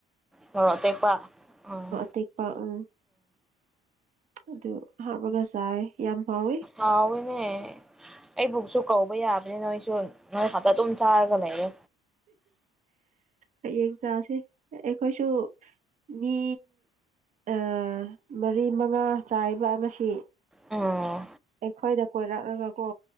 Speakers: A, in the centre; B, on the right.
A: ꯃꯣꯔꯣꯛ ꯑꯇꯦꯛꯄ ꯑꯥ
B: ꯇꯦꯛꯄ ꯎꯝ ꯑꯗꯨ ꯍꯥꯞꯔꯒ ꯆꯥꯏꯌꯦ ꯌꯥꯝ ꯍꯥꯎꯋꯤ
A: ꯍꯥꯎꯋꯦꯅꯦ ꯑꯩꯕꯨꯛꯁꯨ ꯀꯧꯕ ꯌꯥꯕꯅꯤ ꯅꯣꯏꯁꯨ ꯅꯣꯏ ꯈꯛꯇ ꯑꯗꯨꯝ ꯆꯥꯔꯒ ꯂꯩꯌꯦ
B: ꯍꯌꯦꯡ ꯆꯥꯁꯦ ꯑꯩꯈꯣꯏꯁꯨ ꯃꯤ ꯑꯥ ꯃꯔꯤ ꯃꯉꯥ ꯆꯥꯏꯌꯦꯕ ꯉꯁꯤ
A: ꯎꯝ
B: ꯑꯩꯈꯣꯏꯗ ꯀꯣꯏꯔꯛꯂꯒ ꯀꯣ